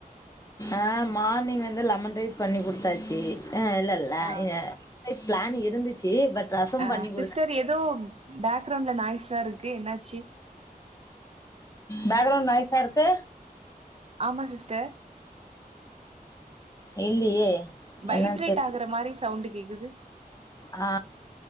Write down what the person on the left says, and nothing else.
ஆ மார்னிங் வந்து லெமன் ரைஸ் பண்ணி குடுத்தாச்சி ஆ இல்லல் ல
இங்க பிளான் இருந்துச்சு பட் ரசம்
பண்ணி குடுத்
பேக்ரவுண்ட் நாய்ஸா இருக்கு
இல்லியே
என்னன் தெர்
ஆ